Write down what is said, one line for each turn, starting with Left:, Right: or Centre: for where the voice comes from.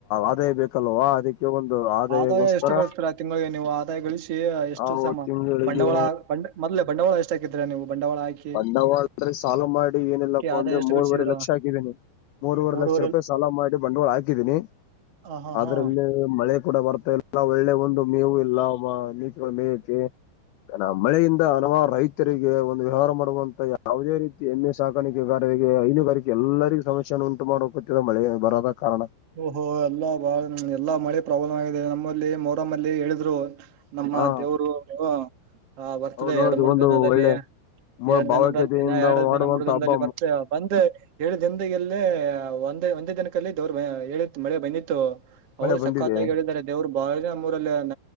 Left: ಆದಾಯ ಬೇಕಲ್ವಾ ಅದಕ್ಕೆ ಒಂದು ಆದಾಯಗೋಸ್ಕರ
Right: ಆದಾಯ ಎಷ್ಟು ಗಳಿಸ್ತೀರಾ ತಿಂಗಳಿಗೆ ನೀವು ಆದಾಯ ಗಳಿಸಿ ಎಷ್ಟು
Left: ನಾವು
Right: ಸಮ
Left: ತಿಂಗಳಿಗೆ
Right: ಬಂಡವಾಳ ಮೊದಲೇ ಬಂಡವಾಳ ಎಷ್ಟ ಕಿದ್ರೆ ನೀವು ಬಂಡವಾಳ ಹಕಿ
Left: ಬಂದಾವ್ ಸಾಲು ಮಾಡಿ ಏನಿಲ್ಲಪ್ಪ ಅಂದ್ರೆ
Right: ಆದಾಯ ಎಷ್ಟು
Left: ಮೂರವರೆ
Right: ಗಳಿಸಿದ್ರ
Left: ಲಕ್ಷ ಆಗಿದ್ದೇನೆ ಮೂರವರೆ
Right: ಮೂರುವರೆ
Left: ಲಕ್ಷ ರೂಪಾಯಿ ಸಾಲ ಮಾಡಿ ಬಂಡವಾಳ ಹಾಕಿದೀನಿ
Right: ಹ ಹಾ
Left: ಅದ್ರಲ್ಲಿ
Right: ಹಾ
Left: ಮಳೆ ಕೂಡ ಬರ್ತಾ ಇಲ್ಲ ಒಳ್ಳೆ ಒಂದು ಮೇವು ಇಲ್ಲ ನೀಚಗಳ ಮೇಯಕ್ಕೆ ಮಳೆಯಿಂದ ಹನವಾರು ರೈತರಿಗೆ ಒಂದು ವಿಹಾರ ಮಾಡುವಂತ ಯಾವುದೇ ರೀತಿ ಎಮ್ಮೆ ಸಾಕಾಣಿಕೆಗಾರರಿಗೆ ಹೈನುಗಾರಿಕ ಎಲ್ಲರಿಗೂ ಸಮಸ್ಯೆಯನ್ನು ಉಂಟು ಮಾಡುವ ಿದ ಮಳೆ ಬರೋದ ಕಾರಣ
Right: ಓಹೋ ಎಲ್ಲಾ ಬಾಳ ಎಲ್ಲಾ ಮಳೆ ಪ್ರಾಬ್ಲಮ್ ಆಗಿದೆ ನಮ್ಮಲ್ಲಿ ಮೊರ್ಲ್ಲಿ ಹೇಳಿದ್ರು ನಮ್ಮ
Left: ಹಾ
Right: ದೇವರು ನೀವು ಆ ಬರ್ತದೆ
Left: ಹೌದೌದು
Right: ಎರಡ್ ಮೂರ್
Left: ಒಂದು
Right: ದಿನದಲ್ಲಿ
Left: ಒಳ್ಳೆ
Right: ಎರಡ್
Left: ಭಾವೈಕ್ಯತೆಯಿಂದ
Right: ದಿನದಲ್ಲಿ ಎರಡು
Left: ಮಾಡುವಂತ
Right: ದಿನ ಮುರ್ಗನದಲ್ಲಿ
Left: ಹಬ್ಬ
Right: ಬರ್ತೇವೆ ಒಂದ ಏಳು ದಿನದ ಎಲ್ಲೇ ಒಂದ ಒಂದೇ ದಿನಕಲ್ಲ ದವ್ರ ಹೇಳಿ ಮಳೆ ಬಂದಿತ್ತು
Left: ಮಳೆ
Right: ಅವರು
Left: ಬಂದಿದೆ
Right: ಸಕ್ಕಾತಾಗಿ ಹೇಳಿದ್ದಾರೆ ದೇವ್ರು ಬಾಳ ಮೂಊರಲ್ಲಿ